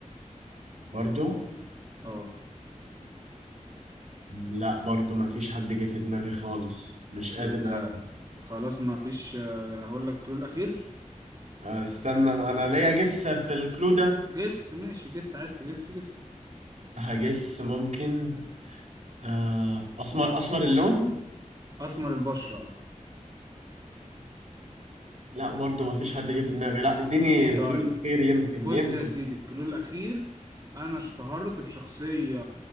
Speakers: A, on the right (about 60°); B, on the right (about 30°).
A: برضو
B: اه
A: لا برضو ما فيش حد جه في دماغي خالص مش قادر
B: الج...
A: أ-
B: خلاص ما فيش آه، هقول لك الكلو الاخير
A: استنى انا ليا جس في الكلو ده
B: جس ماشي جس عايز تجس جس
A: هجس ممكن أه اسمر اسمر اللون
B: اسمر البشره اه
A: لا برضو ما فيش حد جه في دماغي لا اديني الكلو
B: طيب
A: الاخير يمكن
B: بص
A: يمكن
B: يا سيدي الكلو الاخير انا اشتهرت بشخصيه